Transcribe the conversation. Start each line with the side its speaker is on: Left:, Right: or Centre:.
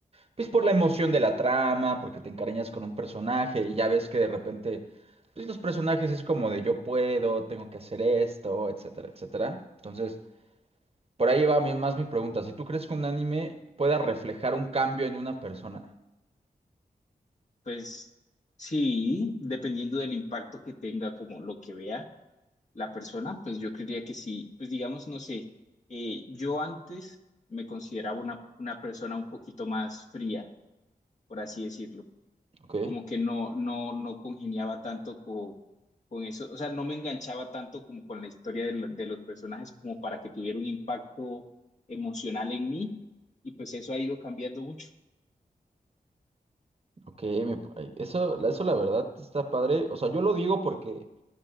Right: pues por la emoción de la trama, porque te encariñas con un personaje y ya ves que de repente, pues los personajes es como de yo puedo, tengo que hacer esto, etcétera, etcétera. Entonces... Por ahí va mi- más mi pregunta. Si tú crees que un anime pueda reflejar un cambio en una persona.
Left: Pues sí, dependiendo del impacto que tenga, como lo que vea. la persona, pues yo creería que sí, pues digamos, no sé, eh, yo antes me consideraba una, una persona un poquito más fría, por así decirlo,
Right: Ok,
Left: como que no, no, no congeniaba tanto con, con eso, o sea, no me enganchaba tanto como con la historia de, lo- de los personajes como para que tuviera un impacto emocional en mí y pues eso ha ido cambiando mucho.
Right: ok, me pa- ay, eso, la- eso la verdad está padre. O sea, yo lo digo porque,